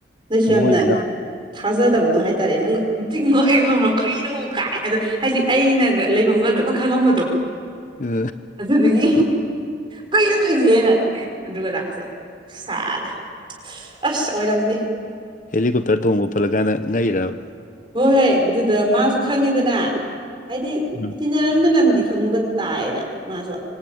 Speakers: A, on the right; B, on the left.
A: ꯅꯣꯏꯁꯨ
B: ꯊꯃꯣꯏꯕꯨ
A: ꯌꯥꯝꯅ
B: ꯌꯥꯝ
A: ꯊꯥꯖꯗꯕꯗꯣ ꯍꯥꯏꯇꯥꯔꯦꯅꯦ ꯅꯪ ꯆꯤꯡꯉꯛꯑꯦ ꯈ ꯀꯩꯅꯣ ꯀꯥꯏ ꯑꯗꯣ ꯍꯥꯏꯗꯤ ꯑꯩꯅꯒ ꯂꯩꯐꯝꯒ ꯂꯣꯏꯃꯛ ꯈꯪꯉꯝꯕꯗꯣ
B: ꯑ,
A: ꯑꯗꯨꯗꯒꯤ ꯀ ꯇꯨꯏꯁꯦꯩꯅ ꯑꯗꯨꯒ ꯂꯁꯨ ꯁꯥꯔ ꯑꯁ ꯑꯣꯏꯔꯝꯗꯦ
B: ꯍꯦꯂꯤꯀꯣꯞꯇꯔ ꯇꯣꯡꯕ ꯄꯨꯜꯠꯂꯀꯥꯟꯗ ꯉꯛꯏꯔꯕ
A: ꯍꯣꯏ ꯍꯣꯏ ꯑꯗꯨꯗ ꯃꯥꯁꯨ ꯈꯪꯉꯤꯗꯅ ꯍꯥꯏꯗꯤ
B: ꯎꯝ.
A: ꯏ ꯇꯤꯅꯔꯃꯤꯅꯥ ꯂꯝꯗꯤ ꯈꯪꯕ ꯇꯥꯏꯅ ꯃꯥꯁꯨ